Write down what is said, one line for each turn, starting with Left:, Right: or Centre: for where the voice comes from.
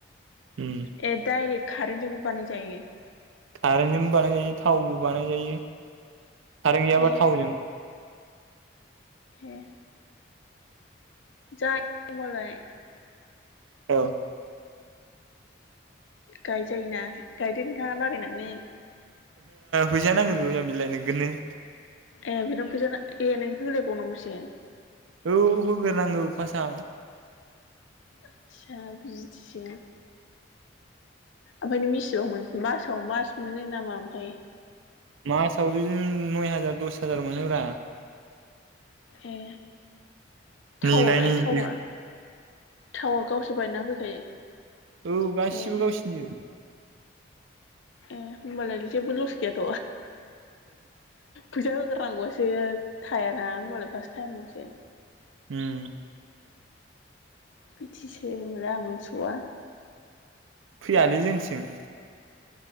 Right: उम
Left: ए डाइरेक्ट कारेन्टजोंबो बानाय जायो
Right: कारेन्टजोंबो बानाय जायो थावबो बानायजायो कारेन्ट गैयाबा
Left: ए
Right: थावजों
Left: हे जाय होनबालाय
Right: अ
Left: गायजायोना गायदो नोंहा रालायनानै
Right: फैसा नांग्रोगौ जामबिलाइ नोगोरनो
Left: ए बिनाव फैजा ए नों होलायबावनांगौसो
Right: औ होग्रोनांगौ फासथआव
Left: आतसा बिदिसो ओमफ्राय नों बिसिबां मोनो मासाव मास मोनो नामा ओमफ्राय?
Right: मासाव बिदिनो नय हाजार दस हाजार मोनोब्रा
Left: ए थावालाय
Right: नेनायनि
Left: थावा
Right: बेखौ
Left: थावा गावसोर बायना होफैखायो
Right: औ गासिबो
Left: ए
Right: गावसिनिजोब
Left: ए होनबालाय जेबोलस गैयाथ फैसा होगोर नांगौवासो थायाना होनबालाय फार्स्ट टाइमावसो
Right: ओम
Left: बिथिसो होनबालाय आं मोनथिबावा।
Right: फैयालै जोंनिथिं।